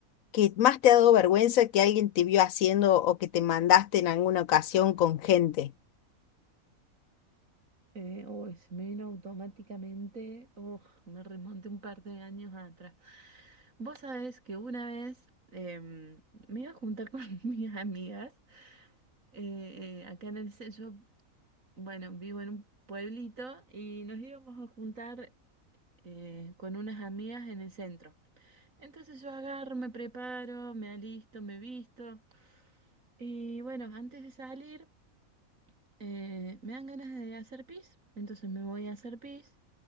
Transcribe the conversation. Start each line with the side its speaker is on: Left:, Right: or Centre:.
Left: que más te ha dado vergüenza que alguien te vio haciendo o que te mandaste en alguna ocasión con gente?
Right: Eh, uy, se me vino automáticamente. Uf, me remonté un par de años atrás. Vos sabés que una vez em, me iba a juntar con <laughs> mis amigas. eh, eh, acá en el centro, bueno, vivo en un pueblito y nos íbamos a juntar eh, con unas amigas en el centro. Entonces yo agarro, me preparo, me alisto, me visto. Y bueno, antes de salir, eh, me dan ganas de hacer pis, entonces me voy a hacer pis.